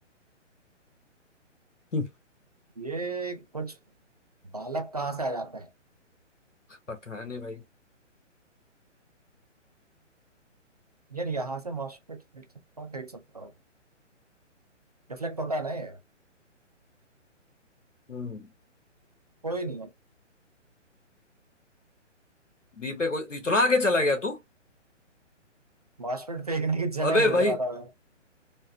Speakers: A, on the left (about 75°); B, on the right (about 35°).
A: हम्म,
B: ये कुछ बालक कहाँ से आ जाते हैं
A: पता नहीं भाई
B: यार यहाँ से मॉस्फेट फेंक सकता हूँ फेंक सकता हूँ रिफ्लेक्ट होता है ना ये
A: हम्म
B: कोई नहीं है
A: बी पे कोई इतना आगे चला गया तू
B: मॉस्फेट फेंकने की जगह
A: अबे
B: ढूंढ
A: भाई
B: रहा था मैं